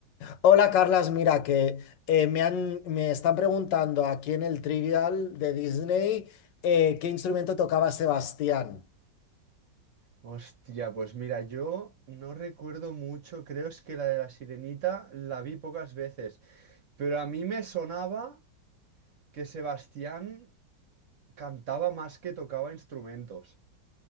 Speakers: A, on the left; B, on the right.
A: Hola, Carlas, mira que eh, me han, me están preguntando aquí en el Trivial de Disney eh, qué instrumento tocaba Sebastián.
B: Hostia, pues mira, yo no recuerdo mucho, creo es que la de la Sirenita la vi pocas veces, pero a mí me sonaba que Sebastián cantaba más que tocaba instrumentos,